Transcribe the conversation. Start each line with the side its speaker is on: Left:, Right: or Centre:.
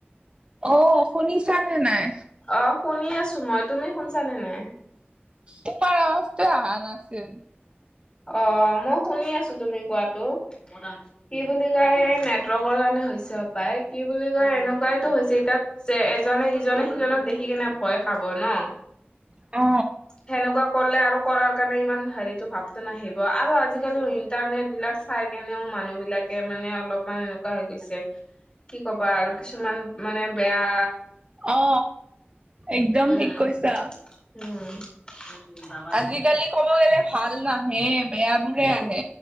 Right: অ, শুনিছানে নাই?
Left: অ, শুনি আছো মই। তুমি শুনছানে নাই?
Right: তোমাৰ অৱাজতোৱে অহা নাছিল।
Left: অ মই শুনি আছো তুমি কোৱাটো। কি বুলি কয় সে নেটৱৰ্কৰ কাৰণে হৈছে হপায় কি বুলি কয় এনেকুৱাইতো হৈছে এতিয়া যে এজনে ইজনে সিজনক দেখি কেনে ভয় খাব ন
Right: অ
Left: সেনেকুৱা কৰিলে আৰু কৰাৰ কাৰণে ইমান হেৰিতো ভাৱটো নাহিব আৰু আজি-কালি ইণ্টাৰনেট বিলাক চাই কেনেও মানুহ বিলাকে মানে অলপ মানে এনেকুৱা হৈ গৈছে, কি কবা আৰু কিছুমান মানে বেয়া
Right: অ, একদম
Left: উম
Right: ঠিক কৈছা।
Left: উম।
Right: আজি-কালি কব গলে ভাল নাহে বেয়া বোৰেহে আহে